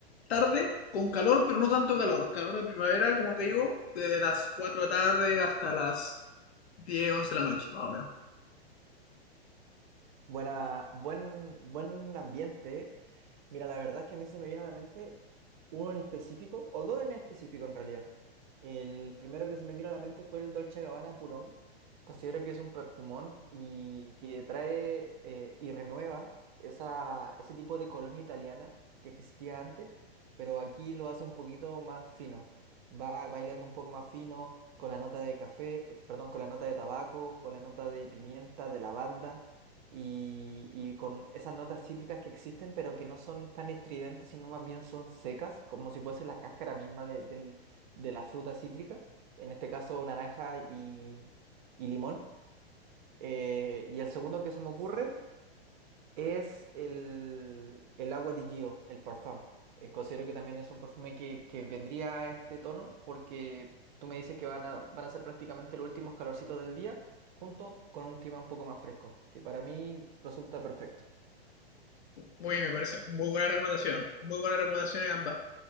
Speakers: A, on the left; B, on the right.
A: tarde con calor, pero no tanto calor. Calor de primavera, como te digo, desde las cuatro de la tarde hasta las diez once de la noche, más o menos.
B: Buena, buen, buen ambiente. Mira, la verdad es que a mí se me viene a la mente uno en específico, o dos en específico en realidad. El primero que se me vino a la mente fue el Dolce Gabbana Purón. Considero que es un perfumón y que trae eh, y renueva esa, ese tipo de colonia italiana que existía antes, pero aquí lo hace un poquito más fino. Va bailando un poco más fino con la nota de café, perdón, con la nota de tabaco, con la nota de pimienta, de lavanda y, y con esas notas cítricas que existen, pero que no son tan estridentes, sino más bien son secas, como si fuese la cáscara misma de, del- de la fruta cítrica, en este caso naranja y, y limón. Eh, y el segundo que se me ocurre es el, el agua di Gio, el parfum. Eh, considero que también es un perfume que, que vendría a este tono porque tú me dices que van a, van a ser prácticamente los últimos calorcitos del día junto con un clima un poco más fresco, que para mí resulta perfecto.
A: Muy bien, me parece muy buena recomendación. Muy buenas recomendaciones ambas.